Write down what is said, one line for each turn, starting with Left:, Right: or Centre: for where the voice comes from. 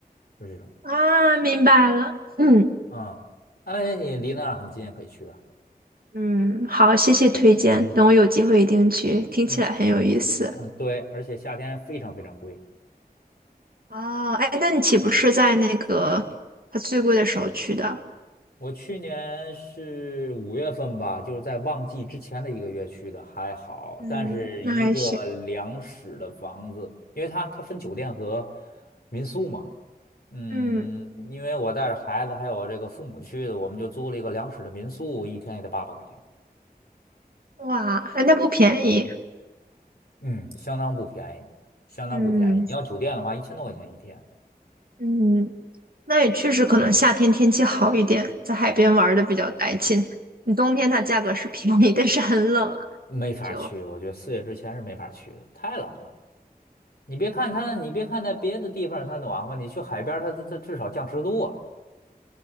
Left: 就是这种，
Right: 啊，明白了。嗯
Left: 嗯，而且你离那儿很近也可以去啊。
Right: 嗯，好，谢谢推荐，等我有机会一定去，听起来很有意思。
Left: 嗯嗯，对，而且夏天非常非常贵。
Right: 哦，哎，那你岂不是在那个它最贵的时候去的？
Left: 我去年是五月份吧，就是在旺季之前的一个月去的，还好。
Right: 嗯，
Left: 但是一个两室的房子，
Right: 那还行。
Left: 因为它它分酒店和民宿嘛，嗯，
Right: 嗯，
Left: 因为我带着孩子还有这个父母去的，我们就租了一个两室的民宿，一天也得八百块钱，
Right: 哇，哎，那不便宜。
Left: 嗯，相当不便宜，相当不便宜。
Right: 嗯。
Left: 你要酒店的话，一千多块钱一天，
Right: 嗯，那也确实可能夏天天气好一点，在海边玩的比较带劲。你冬天它价格是便宜，但是很冷啊，
Left: 没法去，
Right: 就
Left: 我觉得四月之前是没法去的，太冷了。你别看它，你别看在别的地方它暖和，你去海边儿它它它至少降十度啊。